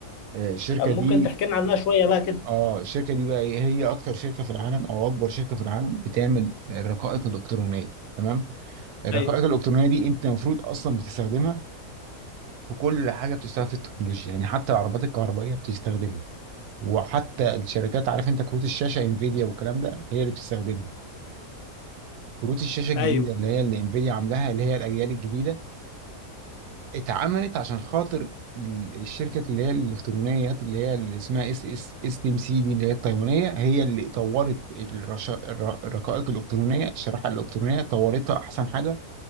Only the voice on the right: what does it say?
آه، الشركة
دي
اه الشركة دي بقى إيه؟ هي أكتر شركة في العالم أو أكبر شركة في العالم بتعمل الرقائق الإلكترونية تمام الرقائق
الالكترونيه دي انت المفروض اصلا بتستخدمها في كل حاجه بتشتغل في التكنولوجيا يعني حتى العربات الكهربائيه بتستخدمها وحتى الشركات عارف انت كروت الشاشه انفيديا والكلام ده هي اللي بتستخدمها كروت الشاشه الجديده
اللي هي اللي انفيديا عاملاها اللي هي الاجيال الجديده اتعملت عشان خاطر ال- الشركه اللي هي الالكترونيات اللي هي اللي اسمها اس اس اس تي ام سي دي اللي هي التايوانيه هي اللي طورت الرشا- الر- الرقائق الالكترونيه الشريحه الالكترونيه طورتها احسن حاجه